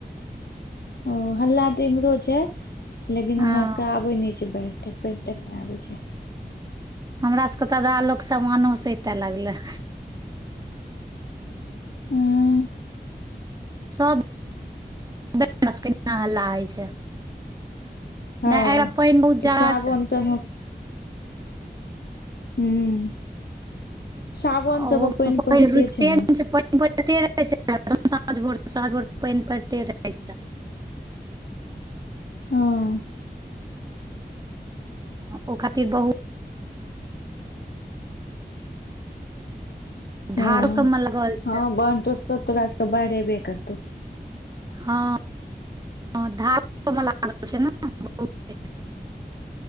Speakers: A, on the left; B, on the right.
A: ओ हल्ला त इम्हरो छै लेकिन
B: हँ
A: हमरा सबके आबे नहि छै बैढ़ त प तने आ छै <unintelligible>
B: हमरा सभके त आधा लोक समानो सैते लागलै
A: हूँ
B: सब ब <unintelligible> सबके न हल्ला होइ छै
A: हँ
B: नहि एहि पानि बहुत जादा
A: सावन
B: छै
A: चढ़ल हूँ सावान
B: ओहो
A: सबमे पानि पड़ते
B: रुकिते
A: छै ने
B: नहि पानि परते रहै छै साँझ भोर साँझ भोर पानि परते रहै छै
A: हँ
B: ओ खातिर बहु
A: हँ
B: धारो सबमे लागल
A: हँ
B: छै
A: बांध टुटतो तोरासऽके बाढ़ अबे करतो
B: हँ ह धार लागल छै ने बहुत <unintelligible>